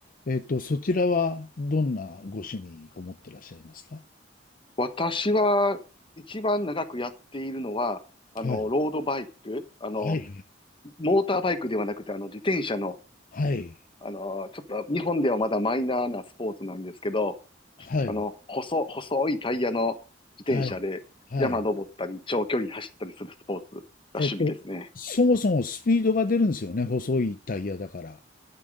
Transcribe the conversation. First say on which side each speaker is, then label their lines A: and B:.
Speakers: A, on the left (about 45°); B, on the left (about 25°).
A: えっと、そちらはどんなご趣味を持ってらっしゃいますか
B: 私は、一番長くやっているのは、あの、
A: はい。
B: ロードバイク、あの、
A: はい。
B: モーターバイクではなくて、あの、自転車の、
A: はい。
B: あの、ちょっと日本ではまだマイナーなスポーツなんですけど、
A: はい。
B: あの、細、細いタイヤの自転車で山登ったり、
A: はい。はい。
B: 長距離走ったりするスポーツが趣味ですね。
A: えっと、そもそもスピードが出るんですよね、細いタイヤだから。